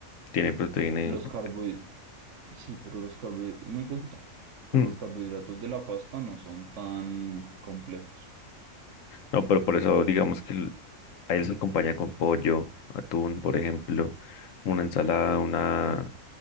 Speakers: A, on the left; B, on the right.
A: tiene proteína.
B: los
A: y un po-
B: carbohidratos, sí, pero los carbohidratos, muy poquito, pero
A: mm,
B: los carbohidratos de la pasta no son tan complejos.
A: No, pero por eso digamos que el- a él se acompaña con pollo, atún, por ejemplo, una ensalada, una,